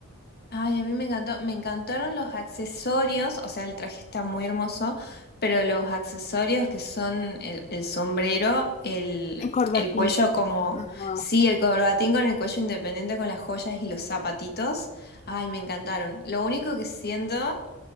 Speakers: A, on the left (about 45°); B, on the left (about 30°).
A: Ay, a mí me encantó, me encantaron los accesorios, o sea, el traje está muy hermoso, pero los accesorios que son el, el sombrero, el,
B: En corbatín.
A: el cuello como,
B: Ajá.
A: sí, el corbatín con el cuello independiente con las joyas y los zapatitos, ay, me encantaron. Lo único que siento